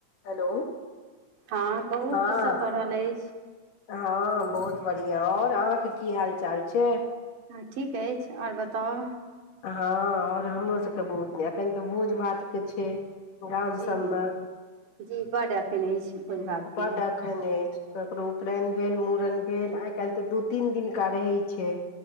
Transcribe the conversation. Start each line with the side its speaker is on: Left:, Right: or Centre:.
Left: हेलो
Right: हँ कहू
Left: हँ
Right: की सब भऽ रहल अछि
Left: हँ बहुत बढ़िआं आओर अहाँके की हाल चाल छै
Right: हँ ठीक अछि आओर बताउ
Left: हँ आओर हमरो सभके बहुत नहि एखन तऽ भोज भातके छै गॉम
Right: जी
Left: सब
Right: जी
Left: मे
Right: बड्ड एखन अछि भोज भात के
Left: बड एखन अछि केकरो उपनैन भेल मुूड़न भेल आइ काल्हि तऽ दू तीन दिनका रहै छै